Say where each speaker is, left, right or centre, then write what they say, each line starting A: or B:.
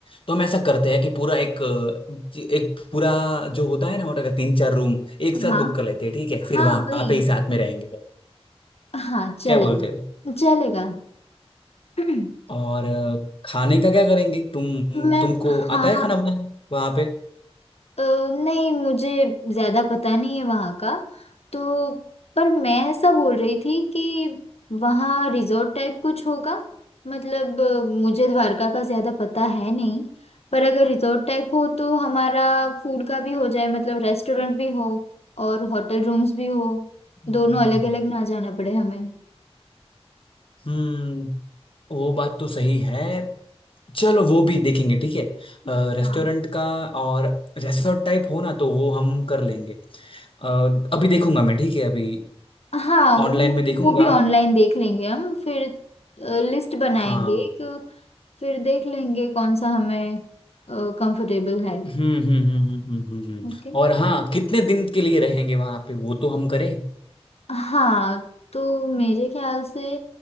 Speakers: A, on the left; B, on the left.
A: तो हम ऐसा करते हैं कि पूरा एक अ, जी- एक पूरा जो होता है ना होटल का तीन चार रूम एक साथ
B: हाँ
A: बुक कर लेते हैं ठीक है फिर
B: हाँ
A: वहां
B: वही
A: पे ही साथ में रहेंगे
B: हाँ चलेगा
A: क्या बोलते हो
B: चलेगा <clears throat>
A: और अ, खाने का क्या करेंगे तुम
B: मैं
A: तुमको
B: हाँ
A: आता है खाना बनाना वहां पे
B: अ, नहीं मुझे ज्यादा पता नहीं है वहाँ का तो पर मैं ऐसा बोल रही थी कि वहाँ रिजॉर्ट टाइप कुछ होगा मतलब अ, मुझे द्वारका का ज्यादा पता है नहीं पर अगर रिजॉर्ट टाइप हो तो हमारा फूड का भी हो जाए मतलब रेस्टोरेंट भी हो और होटल रूम्स भी हो
A: हम्म,
B: दोनों अलग अलग ना जाना पड़े हमें
A: हम्म वो बात तो सही है चलो वो भी देखेंगे ठीक है
B: हाँ
A: रेस्टोरेंट का और रिसोर्ट टाइप हो ना तो वो हम कर लेंगे अ, अभी देखूंगा मैं ठीक है अभी
B: हाँ वो
A: ऑनलाइन में देखूंगा
B: वो भी ऑनलाइन देख लेंगे हम फिर लिस्ट बनाएंगे
A: हाँ
B: एक फिर देख लेंगे कौन सा हमें कंफर्टेबल है
A: हम्म हम्म हम्म हम्म हम्म हम्म, हम्म।
B: ओके
A: और हाँ कितने दिन के लिए रहेंगे वहां पे वो तो हम करें
B: हाँ तो मेरे ख्याल से